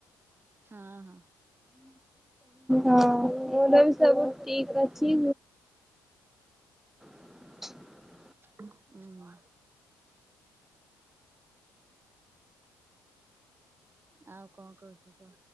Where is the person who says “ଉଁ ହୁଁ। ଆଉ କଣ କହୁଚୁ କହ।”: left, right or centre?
Right